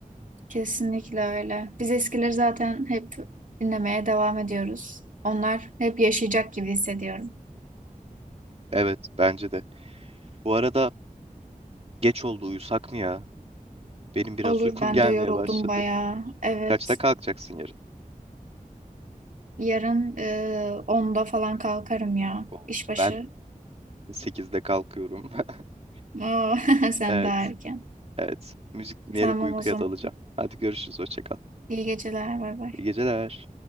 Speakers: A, on the right; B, on the right.
A: Kesinlikle öyle. Biz eskileri zaten hep dinlemeye devam ediyoruz. Onlar hep yaşayacak gibi hissediyorum.
B: Evet bence de. Bu arada geç oldu uyusak mı ya? Benim biraz
A: Olur
B: uykum
A: ben
B: <laughs> gelmeye
A: de yoruldum
B: başladı.
A: bayağı. Evet.
B: Kaçta kalkacaksın yarın?
A: Yarın e, 10'da falan kalkarım ya.
B: O,
A: İşbaşı.
B: ben sekizde kalkıyorum. <laughs>
A: Oo, <laughs> sen
B: Evet.
A: daha erken.
B: Evet. Müzik dinleyerek
A: Tamam
B: uykuya
A: o zaman.
B: dalacağım. Hadi görüşürüz. Hoşça kal.
A: İyi geceler. Bay bay.
B: İyi geceler.